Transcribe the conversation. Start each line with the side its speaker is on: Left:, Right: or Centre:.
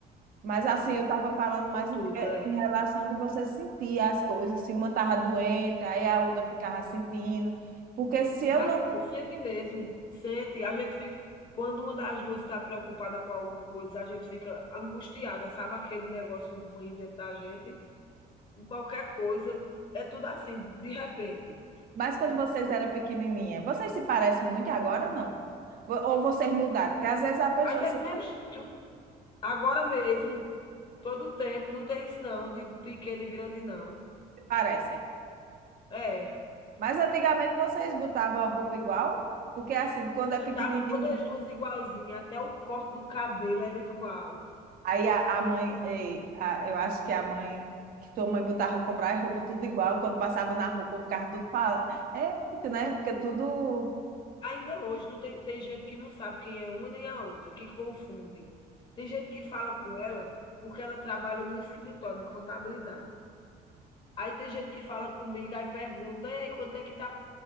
Right: Mas assim,
Left: tudo,
Right: eu estava falando
Left: com
Right: mais
Left: tudo,
Right: em, eh,
Left: é.
Right: em relação de você sentir as coisas, assim, uma estava doente, aí a outra ficava sentindo. Porque se eu
Left: Mas
Right: não. me-
Left: sente mesmo, sente. A gente fica quando uma das 2 está preocupada com alguma coisa, a gente fica angustiada, sabe aquele negócio ruim dentro da gente? Com qualquer coisa, é tudo assim, de repente.
Right: Mas quando vocês eram pequenininha, vocês se parecem muito agora ou não? Vo- Ou vocês mudaram? Porque às vezes as pessoas
Left: Ainda é
Right: se
Left: do mesmo jeito, agora mesmo, todo o tempo, não tem isso não, de pequeno e grande não.
Right: parecem.
Left: É,
Right: Mas antigamente vocês botavam roupa igual? Porque assim, quando é
Left: andava
Right: pequenininho,
Left: todas 2 igualzinha, até o corte do cabelo era igual.
Right: Aí a, a mãe, eh, a- eu acho que a mãe, que tua mãe botava comprar roupa tudo igual, quando passava na roupa ficava tudo falando. Eita, né? Fica tudo
Left: Ainda hoje não tem tem gente que não sabe quem é uma nem a outra, que confunde. Tem gente que fala com ela, porque ela trabalha num escritório de contabilidade. Aí tem gente que fala comigo, aí pergunta: "Ei, quando é que tá